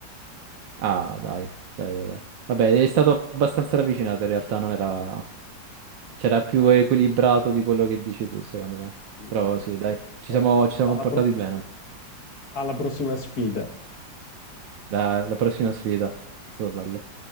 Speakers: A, on the right (about 80°); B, on the left (about 55°).
A: Ah, dai, dai, dai, dai. Vabbè, è stato abbastanza ravvicinato, in realtà non era... C'era più equilibrato di quello che dici tu, secondo me.
B: Mm.
A: Però sì, dai, ci
B: Eh,
A: siamo, ci siamo
B: Alla,
A: comportati
B: pro-
A: bene.
B: alla prossima sfida.
A: La, la prossima sfida, è stato bello.